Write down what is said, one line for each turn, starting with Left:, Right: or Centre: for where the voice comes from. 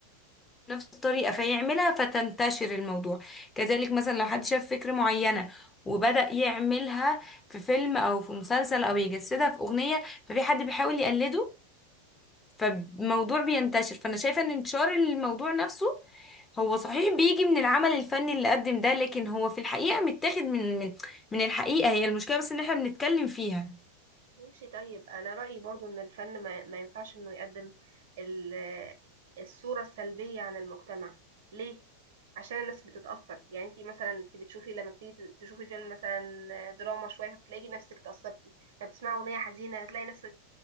Left: بنفس الطريقة فيعملها فتنتشر الموضوع كذلك مثلا لو حد شاف فكرة معينة وبدأ يعملها في فيلم أو في مسلسل أو يجسدها في أغنية ففي حد بيحاول يقلده فالموضوع بينتشر فانا شايفة ان انتشار الموضوع نفسه هو صحيح بيجي من العمل الفني اللي قدم ده لكن هو في الحقيقة متاخد من من من الحقيقة هي المشكلة بس ان احنا بنتكلم فيها
Right: ماشي طيب انا رأيي برضو ان الفن ما, ما ينفعش انه يقدم ال- الصورة السلبية عن المجتمع ليه عشان الناس بتتأثر يعني انتي مثلا انتي بتشوفي لما بتيجي ت- تشوفي فيلم مثلا دراما شوية فبتلاقي نفسك تأثرتي لما بتسمعي أغنية حزينة تلاقي نفسك